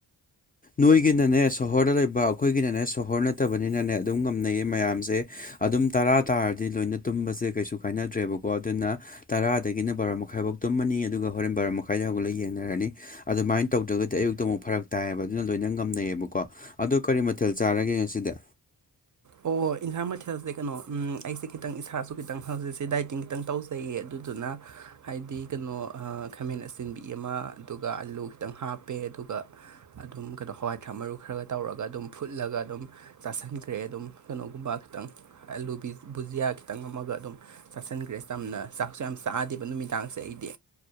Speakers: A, on the left (about 25°); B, on the right (about 45°).
A: ꯅꯣꯏꯒꯤꯅꯅꯦ ꯁꯣꯍꯣꯔꯗ ꯂꯩꯕ ꯑꯩꯈꯣꯏꯒꯤꯅꯅꯦ ꯁꯣꯍꯣꯔ ꯅꯠꯇꯕꯅꯤꯅꯅꯦ ꯑꯗꯨꯝ ꯉꯝꯅꯩꯌꯦ ꯃꯌꯥꯝꯁꯦ ꯑꯗꯨꯝ ꯇꯔꯥ ꯇꯥꯔꯗꯤ ꯂꯣꯏꯅ ꯇꯨꯝꯕꯁꯦ ꯀꯩꯁꯨ ꯀꯥꯏꯅꯗ꯭ꯔꯦꯕꯀꯣ ꯑꯗꯨꯅ ꯇꯔꯥꯗꯒꯤꯅ ꯕꯥꯔꯥ ꯃꯈꯥꯏꯐꯥꯎ ꯇꯨꯝꯃꯅꯤ ꯑꯗꯨꯒ ꯍꯣꯔꯦꯟ ꯕꯥꯔꯥ ꯃꯈꯥꯏꯗꯥꯎꯛꯂ ꯌꯦꯡꯅꯔꯅꯤ ꯑꯗꯨꯃꯥꯏꯅ ꯇꯧꯗ꯭ꯔꯒꯗꯤ ꯑꯌꯨꯛꯇ ꯑꯃꯨꯛ ꯐꯔꯛ ꯇꯥꯏꯌꯦꯕ ꯁꯤꯅ ꯂꯣꯏꯅ ꯉꯝꯅꯩꯌꯦꯕꯀꯣ ꯑꯗꯣ ꯀꯔꯤ ꯃꯊꯦꯜ ꯆꯥꯔꯒꯦ ꯉꯁꯤꯗ
B: ꯑꯣ ꯏꯟꯁꯥꯡ ꯃꯊꯦꯜꯁꯦ ꯀꯩꯅꯣ ꯑꯩꯁꯦ ꯈꯤꯇꯪ ꯏꯁꯥꯁꯨ ꯈꯤꯇꯪ ꯍꯧꯖꯤꯛꯁꯦ ꯗꯥꯏꯇꯤꯡ ꯈꯤꯇꯪ ꯇꯧꯖꯩꯌꯦ ꯑꯗꯨꯗꯨꯅ ꯍꯥꯏꯗꯤ ꯀꯩꯅꯣ ꯈꯥꯃꯦꯟ ꯑꯁꯤꯆꯤꯟꯕꯤ ꯑꯃ ꯑꯗꯨꯒ ꯑꯂꯨ ꯈꯤꯇꯪ ꯍꯥꯞꯄꯦ ꯑꯗꯨꯒ ꯑꯗꯨꯝ ꯀꯩꯅꯣ ꯍꯋꯥꯏ ꯊꯔꯥꯛ ꯃꯔꯨ ꯈꯔꯒ ꯇꯧꯔꯒ ꯑꯗꯨꯝ ꯐꯨꯠꯂꯒ ꯑꯗꯨꯝ ꯆꯥꯁꯟꯈ꯭ꯔꯦ ꯑꯗꯨꯝ ꯀꯩꯅꯣꯒꯨꯝꯕ ꯈꯤꯇꯪ ꯑꯂꯨ ꯕꯨꯖꯤꯌꯥ ꯈꯤꯇꯪ ꯑꯃꯒ ꯑꯗꯨꯝ ꯆꯥꯁꯤꯟꯈ꯭ꯔꯦ ꯆꯝꯅ ꯆꯥꯛꯁꯨ ꯌꯥꯝ ꯆꯥꯗꯦꯕ ꯅꯨꯃꯤꯗꯥꯡꯁꯦ ꯑꯩꯗꯤ